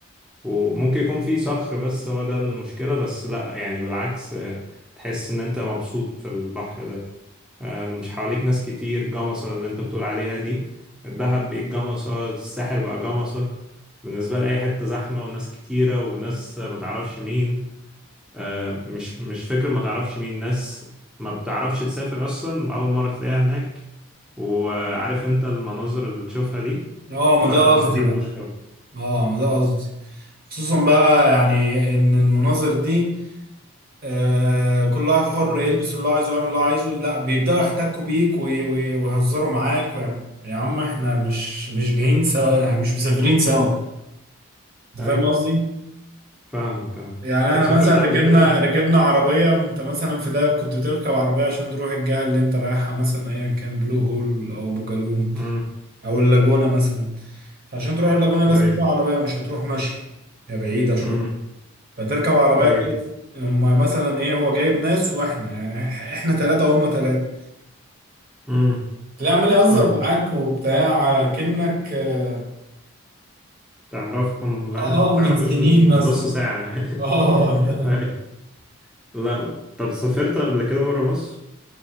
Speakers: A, in the centre; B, on the right.
A: وممكن يكون فيه صخر بس هو ده المشكلة بس لا يعني بالعكس آه تحس ان انت مبسوط في البحر ده آه مش حواليك ناس كتير جمصة اللي انت بتقول عليها دي الدهب بقت جمصة الساحل بقى جمصة بالنسبة لأي حتة زحمة وناس كتيرة وناس ما تعرفش مين آه، مش مش فكرة ما تعرفش مين ناس ما بتعرفش تسافر أصلا وأول مرة تلاقيها هناك وعارف أنت المناظر اللي بتشوفها دي
B: اه ما
A: ده
B: ده
A: أنا ما
B: قصدي
A: بحبوش
B: بقى
A: خالص
B: اه ما ده قصدي خصوصا بقى يعني ان المناظر دي آه كل واحد حر يلبس اللي هو عايزه ويعمل اللي هو عايزه لا بيبداوا يحتكوا بيك وي- وي- ويهزروا معاك ويعني يا عم احنا مش مش جايين سوا يعني مش مسافرين سوا انت
A: أيوه
B: فاهم قصدي؟
A: فاهمك أه
B: يعني
A: طب
B: احنا
A: سافرت
B: مثلا ركبنا
A: قبل كده؟
B: ركبنا عربيه وانت مثلا في دهب كنت بتركب عربيه عشان تروح الجهه اللي انت رايحها مثلا ايا كان بلو هول او ابو جالوم
A: أمم
B: او اللاجونة مثلا فعشان تروح اللاجونة لازم
A: أيوه
B: تروح عربية مش هتروح ماشي هي بعيدة شوية
A: أمم
B: فتركب عربية
A: أيوه
B: تلاقي هما مثلا ايه هو جايب ناس واحنا يعني إح- احنا ثلاثة وهم ثلاثة
A: أمم
B: تلاقيه عمال يهزر
A: فاهم
B: معاك وبتاع كأنك اه
A: تعرفهم
B: آه،
A: <laughs>
B: من
A: تعرفوش
B: سنين
A: من
B: مثلا
A: نص ساعة
B: <laughs> اه
A: <laughs>
B: ده
A: أيوه لا طب سافرت قبل كده برا مصر